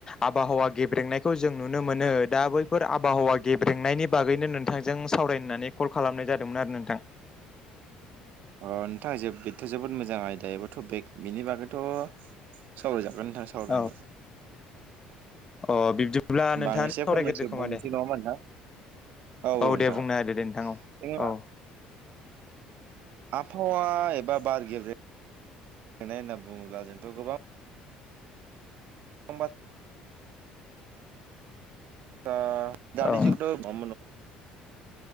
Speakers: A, on the left; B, on the right.
A: आबहावा गेब्रेंनायखौ जों नुनो मोनो दा बैफोर आबहावा गेब्रेंनायनि बागै बिनो नोंथांजों सावरायनानै कल खालामनाय जादोंमोन आरो नोंथां
B: <inaudible> अ नोंथां जे बेथ' जोबोद मोजां आयदा एबा थपिक बेनि बागैथ' सावराय जा गोन नोंथां सावरायनो
A: औ अ बिब्दिब्ला
B: होमबा
A: नोंथाङानो
B: आं एसे
A: सावरायग्रोदो
B: फंनैसो
A: खोमा
B: बुंनोसै
A: दे औ
B: नङा होमबा नोंथां औ औ नोंथां
A: दे बुंना होदो दे नोंथां औ
B: जों आबहावा एबा बार गेब्रेंनाय होनना बुङोब्ला जोंथ' गोबां समबाद <unintelligible> होमबा
A: औ